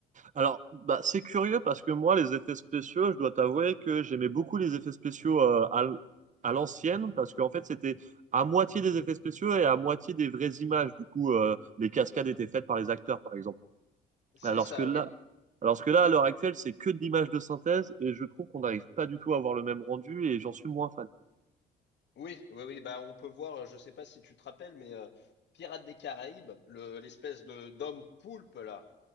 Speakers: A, on the right; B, on the left.
A: Alors, bah, c'est curieux parce que moi, les effets spéciaux, je dois t'avouer que j'aimais beaucoup les effets spéciaux euh, à, l- à l'ancienne parce qu'en fait, c'était à moitié des effets spéciaux et à moitié des vraies images. Du coup, euh, les cascades étaient faites par les acteurs, par exemple.
B: C'est
A: Alors
B: ça,
A: que là,
B: oui.
A: alors que là, à l'heure actuelle, c'est que de l'image de synthèse et je trouve qu'on n'arrive pas du tout à avoir le même rendu et j'en suis moins fan.
B: Oui, oui, oui. Bah, on peut voir, euh, je sais pas si tu te rappelles, mais euh, Pirates des Caraïbes, le- l'espèce de d'homme poulpe, là.